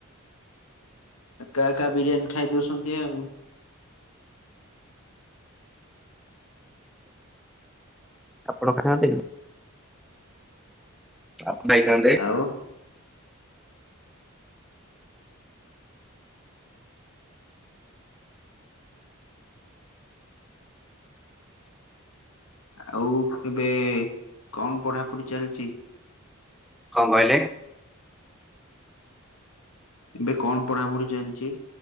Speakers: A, on the left (about 85°); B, in the centre.
A: ଏକା ଏକା ବିରିୟାନୀ ଖାଇ ଦଉସୁନ୍ତି ଆଉ।
B: ଆପଣ ଖାନ୍ତିନି? <unintelligible>
A: ଆଉ? ଆଉ ଏବେ କଣ ପଢାପଢି ଚାଲିଚି?
B: କଣ କହିଲେ?
A: ଏବେ କଣ ପଢାପଢି ଚାଲିଚି?